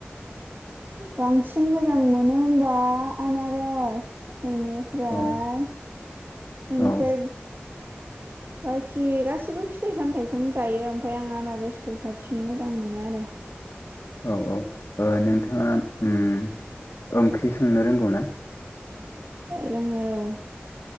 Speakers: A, on the right; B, on the left.
A: बांसिन मोजां मोनो होमबा आनारस एनि फ्राय
B: औ
A: इनिफ्राय
B: औ
A: बाखि गासिबो फिथाइ सामथाइखौनो जायो ओमफाय आं आनारसखौ साबसिन मोजां मोनो आरो।
B: औ औ ओ नोंथाङा उम ओंख्रि संनो रोंगौ ना
A: रोङो औ।